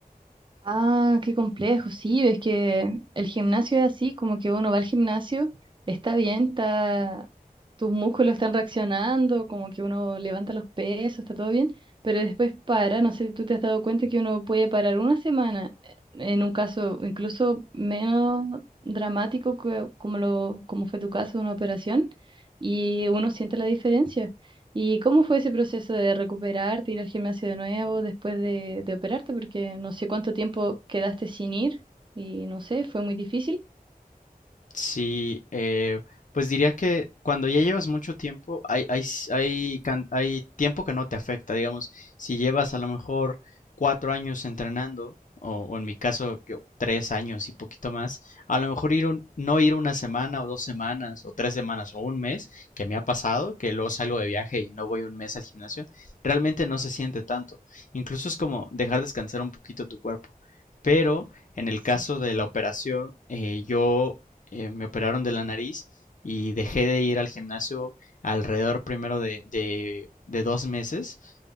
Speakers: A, on the right (about 30°); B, on the left (about 55°).
A: Ah, qué complejo, sí, es que el gimnasio es así, como que uno va al gimnasio, está bien, está, tus músculos están reaccionando, como que uno levanta los pesos, está todo bien, pero después para, no sé si tú te has dado cuenta que uno puede parar una semana, eh, en un caso incluso menos dramático que- como lo, como fue tu caso de una operación, y uno siente la diferencia. ¿Y cómo fue ese proceso de recuperarte, ir al gimnasio de nuevo después de, de operarte? Porque no sé cuánto tiempo quedaste sin ir y no sé, fue muy difícil.
B: Sí, eh, pues diría que cuando ya llevas mucho tiempo, hay, hay, s- hay, can- hay tiempo que no te afecta, digamos, si llevas a lo mejor cuatro años entrenando, o, o en mi caso yo tres años y poquito más, a lo mejor ir un- no ir una semana o dos semanas o tres semanas o un mes, que me ha pasado, que luego salgo de viaje y no voy un mes al gimnasio, realmente no se siente tanto. Incluso es como dejar descansar un poquito tu cuerpo. Pero en el
A: Sí.
B: caso de la operación, eh, yo eh, me operaron de la nariz y dejé de ir al gimnasio alrededor primero de, de, de dos meses